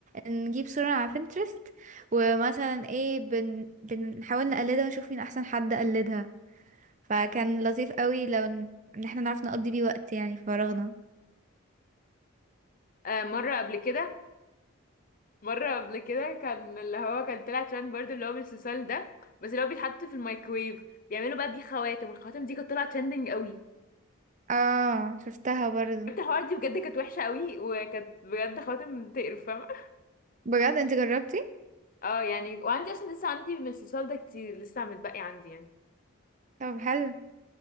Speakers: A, on the right (about 35°); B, on the left (about 40°).
A: نجيب صوره على بنترست ومثلا ايه بن... بنحاول نقلدها ونشوف مين احسن حد قلدها فكان لطيف قوي لو ان إن احنا نعرف نقضي بيه وقت يعني فراغنا
B: آه مره قبل كده مره قبل كده كان اللي هو كان طلع ترند برضه اللي هو بالسوسال ده بس اللي هو بيتحط في الميكرويف بيعملوا بقى بيه خواتم والخواتم دي كانت طالعه ترندنج قوي
A: اه شفتها برضو
B: جبت الحوار دي بجد كانت وحشه قوي وكانت بجد خواتم تقرف فاهمه
A: بجد انت جربتي
B: اه يعني وعندي اصلا لسه عندي من السوسال ده كتير لسه متبقي عندي يعني
A: طب حلو